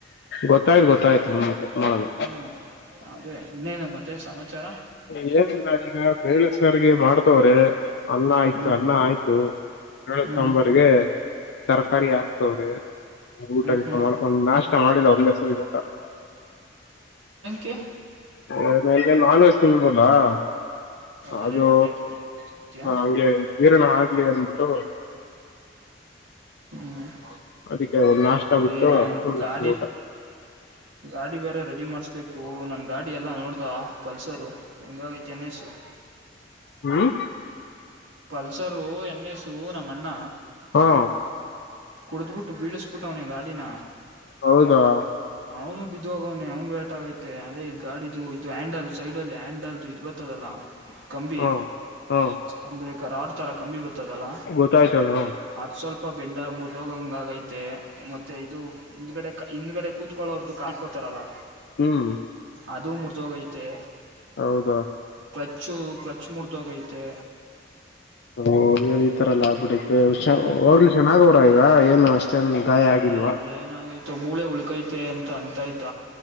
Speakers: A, on the left; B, on the right.
A: ಗೊತ್ತಾಯ್ತು ಗೊತ್ತಾಯ್ತು ಹ್ಮ ಕಟ್ ಮಾಡಲ್ಲ
B: ಹ್ಮ್ ಅದೇ ಇನ್ನೇನು ಮತ್ತೆ ಸಮಾಚಾರ
A: ಏನಿಲ್ಲ ಈಗ ಬೇಳೆ ಸಾರಿಗೆ ಮಾಡ್ತವ್ರೆ ಅನ್ನ ಆಯ್ತು
B: ಹ್ಮ್
A: ಅನ್ನ ಆಯ್ತು ಬೆಳೆ
B: ಹ್ಮ್
A: ಸಾಂಬರ್ಗೆ ತರಕಾರಿ ಆಕ್ತವ್ರೆ ಊಟ
B: ಹ್ಮ್
A: ಗಿಟ
B: ಹ್ಮ್
A: ಮಾಡಕೊಂದ್ ನಾಷ್ಟ ಮಾಡಿಲ್ಲ ಒಂದೇಸರಿಗ ಊಟ
B: ಕೇ
A: <unintelligible>
B: ಓ ಅದೇ
A: ಅದು
B: ಹೊಟ್ಟೆ ತುಂಬ್ಯಾ
A: ಹಂಗೆ ನೀರನ ಹಾಕ ಗೆಂದುಬಿಟ್ಟು
B: ಹ್ಮ್
A: ಅದಕ್ಕೆ ಒ ನಾಷ್ಟ ಬಿಟ್ಟು
B: ಈ ನಮ್ ಗಾಡಿ
A: ಊಟ
B: ಗಾಡಿ ಬೇರೆ ರೆಡಿ ಮಾಡ್ಸ್ಕು ನನ್ ಗಾಡಿ ಎಲ್ಲಾ ನೋಡ್ದ ಪಲ್ಸರು ಹೆಂಗ ತನೆಸು <inaudible>
A: ಹ್ಮ್
B: ಪಲ್ಸರು ಎನ್ ಎಸು ನಮ್ಮಣ್ಣ
A: ಹಾ
B: ಕುಡ್ದಟ್ಟು ಬೀಳಸ್ಬಿಟ್ಟು ಅವನ ಗಾಡಿನ
A: ಹೌದಾ
B: ಅವನು ಬಿದ್ದ ಹೋಗವನನೆ ಅವ್ನು ಬರಟ್ ಆಗೈತೆ ಅದೇ ಗಾಡಿದು ಇದು ಹ್ಯಾಂಡಲ್ ಸೈಡ್ ಅಲ್ಲಿ ಹ್ಯಾಂಡಲ್ದು ಇದು ಬರ್ತದಲ್ಲಾ ಕಂಬಿ
A: ಹಾ ಹಾ
B: ಅಂದ್ರೆ ಕರ ಆಡ್ ತರ ಕಂಬಿ ಬ <unintelligible> ಲ್ಲ
A: ಗೊತ್ತಾಯ್ತ ಹೇಳು
B: ಅ ಸ್ವಲ್ಪ ಬೆಂಡ ಮೂ <unintelligible> ರೋಗಂಗ ಆಗೈತೆ ಮತ್ತೆ ಇದು ಹಿಂದ್ಗಡೆ ಹಿಂದ್ಗಡೆ ಕೂತ್ಕೊಳ್ಳಳೋರ್ದುು ಕಾಯ ಕೋತಾರಲ್ಲ
A: ಹ್ಮ್
B: ಅದು ಮುರುಧೋಗೈತೇ
A: ಹೌದಾ
B: ಕ್ಲಚ್ಚು ಕ್ಲಚ್ ಮುರುದೋಗೈತೆ
A: ಹೂ ಎನ್ ಇತರಲ್ಲ ಆಗ್ಬಿಟ್ಟತೆ ಹುಷಾರ್
B: ಹ್ಞೂ
A: ಹೋಗಲಿ ಶೆನ್ನಾಗ ಅವರ ಈಗ ಏನು ಅಷ್ಟೇನ್
B: ಏ
A: ಗಾಯ ಆಗಿಲ್ವಾ
B: ಅದೇನಾಗೈತು ಮೂಳೆ ಉಳ್ಕೈತೆ ಅಂತ ಅಂತಾ ಇದ